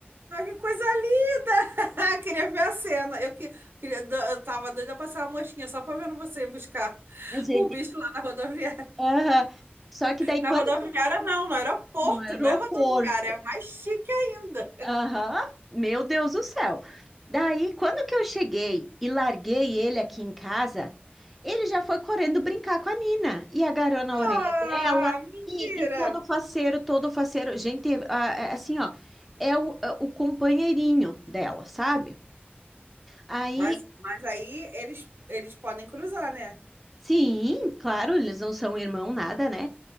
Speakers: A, on the right (about 70°); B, in the centre.
A: Ah, que coisa linda! <laughs> Queria ver a cena. Eu, que, queria, eu tava doida pra passar uma mosquinha só pra ver você ir buscar
B: A gente,
A: o bicho lá na rodoviária.
B: aham. Só que daí quando
A: Na rodoviária,
B: que
A: não, no aeroporto,
B: no aeroporto
A: não é rodoviária, é mais chique ainda.
B: Aham, Meu Deus do céu. Daí, quando que eu cheguei e larguei ele aqui em casa, ele já foi correndo brincar com a Nina e agarrou na
A: Ah,
B: orelha dela
A: mentira!
B: e, e todo faceiro, todo faceiro. Gente, a- a- assim, ó, é o, é o companheirinho dela, sabe? Aí,
A: Mas, mas aí eles, eles podem cruzar, né?
B: sim, claro, eles não são irmão nada, né?